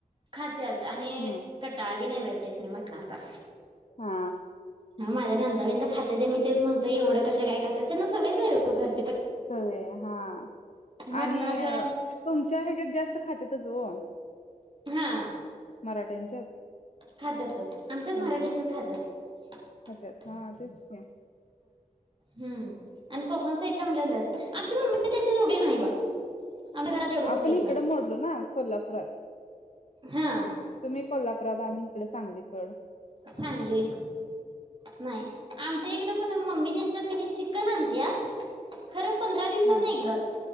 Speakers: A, on the right; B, on the left.
A: खात्यात आणि
B: हम्म
A: कटाळ बी नाही त्यास्नी नाही मट नाचा.
B: हा
A: माझ्या नंदािंद खातेेत मी तेच म्हणतो एवढं कश काय खात्यात त्यांना सवय झाली कर-
B: सव हा
A: मटणाशिवाय
B: आणि तुमच्या ह्याच्यात जास्त खाचेतच हो.
A: हा
B: मराठ्यांच्यात
A: खात्यातच आमच्याच मराठ्यांच्याच
B: हा
A: खात्यातच.
B: खात्यात हा तेच मेन.
A: हम् आणि कोकण साईडला म्हण जास्त आमची मम्मी त्यांच्यावढेन आहे बा. आमच्या घरात एवढं कोण
B: आपण
A: खाईत
B: इकडं
A: नाही
B: मोडलो ना कोल्हापुरात
A: हा
B: तुम्ही कोल्हापुरात आण- तिकडे चांगली कड-
A: चांगली नाही आमच्या इकडे कोणा- मम्मी त्यांच्याकडे चिकन आणत्या खरंच. पंधरा दिवसात
B: हा
A: नाही एकदाच